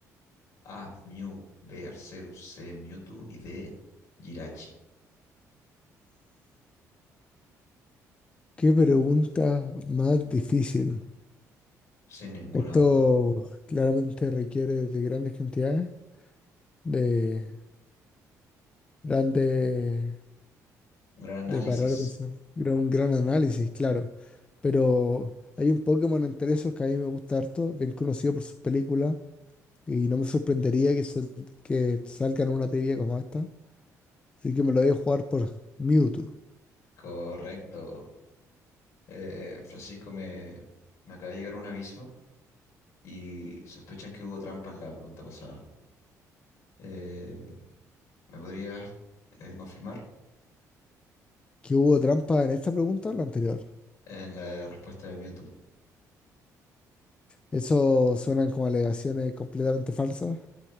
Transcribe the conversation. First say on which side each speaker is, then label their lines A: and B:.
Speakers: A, on the left; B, on the left.
A: A, Mew, B, Arceus, C, Mewtwo y D, Jirachi.
B: Qué pregunta más difícil.
A: Sin ninguna
B: Esto
A: duda.
B: claramente requiere de grandes cantidades, de grandes,
A: Un gran
B: de
A: análisis.
B: parar a pensar, gran- un gran análisis, claro. Pero hay un Pokémon entre esos que a mí me gusta harto, bien conocido por sus películas, y no me sorprendería que, sal- que salgan una teoría como esta. Así que me lo voy a jugar por Mewtwo.
A: Correcto. Eh, Francisco, me, me acaba de llegar un aviso y sospechan que hubo trampa en la pregunta pasada. Eh, ¿me podrías eh, confirmar
B: ¿Que hubo trampa en esta pregunta o la anterior?
A: en la respuesta de Mewtwo?
B: Eso suenan como alegaciones completamente falsas.